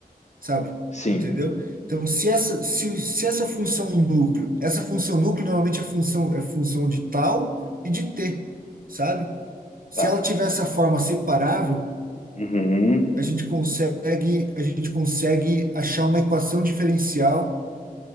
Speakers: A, on the right (about 60°); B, on the left (about 45°).
A: sabe?
B: sim,
A: Entendeu? Então, se essa, se, o- se essa função núcleo, essa função núcleo normalmente é função, é função de tal e de t, sabe? Se
B: tá.
A: ela tiver essa forma separável,
B: Uhum.
A: a gente consegue, a gente consegue achar uma equação diferencial